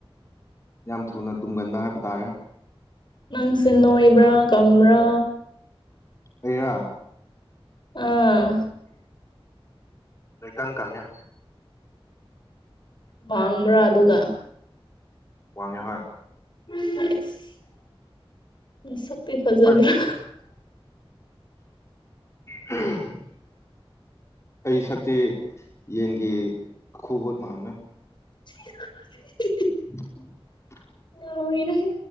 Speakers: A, on the left (about 30°); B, on the left (about 55°).
A: ꯌꯥꯝ ꯊꯨꯅ ꯇꯨꯝꯒꯟꯕ ꯍꯥꯏꯕ ꯇꯥꯔꯦ꯫
B: ꯅꯪꯁꯦ ꯅꯣꯏꯕ꯭ꯔꯥ ꯀꯪꯕ꯭ꯔꯥ꯫
A: ꯑꯩꯔ꯫
B: ꯑꯥ꯫
A: ꯅꯣꯏ ꯀꯪ ꯀꯪꯉꯦ꯫
B: ꯋꯥꯕ꯭ꯔꯥ ꯑꯗꯨꯒ꯫
A: ꯋꯥꯉꯦ ꯍꯣꯏ꯫
B: ꯍꯥꯏꯁ ꯃꯁꯛ ꯇꯤ ꯐꯖꯕ꯭ꯔꯥ꯫
A: ꯄꯠ <unintelligible> ꯑꯩ ꯁꯛꯇꯤ ꯌꯦꯟꯒꯤ ꯈꯨꯕꯣꯠ ꯃꯥꯝꯕꯅꯦ꯫
B: <unintelligible>
A: <inaudible>
B: ꯂꯣꯏꯔꯦꯍꯦ꯫